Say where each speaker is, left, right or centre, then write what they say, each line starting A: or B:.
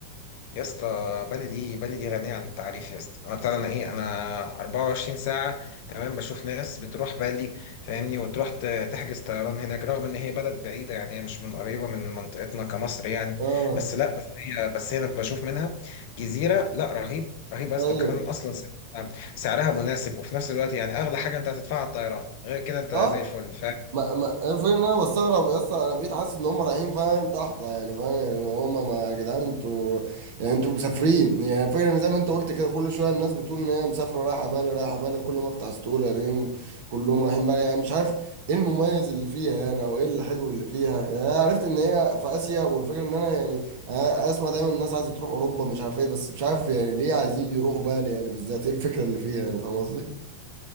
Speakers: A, on the left (about 50°); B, on the right (about 50°).
A: يا اسطى بلدي بلدي غنية عن التعريف يا اسطى انا بتاع انا ايه انا 24 ساعة تمام بشوف ناس بتروح بالي فاهمني وتروح ت- تحجز طيران هناك رغم ان هي بلد بعيدة يعني هي مش من قريبة من منطقتنا كمصر يعني
B: اه
A: بس لا بس هي بس هي انا بشوف منها جزيرة لا رهيب رهيب يا اسطى
B: ايوه
A: وكمان اصلا سعرها سعرها مناسب وفي نفس الوقت يعني اغلى حاجة انت هتدفعها على الطيران غير كده انت
B: اه
A: زي الفل
B: ما ما الفكرة ان انا بستغرب يا اسطى انا بقيت حاسس ان هم رايحين فاهم تحت يعني فاهم يعني هم ما يا جدعان انتوا يعني انتوا مسافرين يعني الفكرة ان زي ما انت قلت كده كل شوية الناس بتقول ان هي مسافرة رايحة بالي رايحة بالي كل ما افتح ستوري الاقيهم كلهم رايحين بالي يعني مش عارف ايه المميز اللي فيها يعني او ايه الحلو اللي فيها يعني انا عرفت ان هي في اسيا والفكرة ان انا يعني أنا اسمع دايما الناس عايزة تروح اوروبا مش عارف ايه بس مش عارف يعني ليه عايزين يروحوا بالي يعني بالذات ايه الفكرة اللي فيها يعني فاهم قصدي؟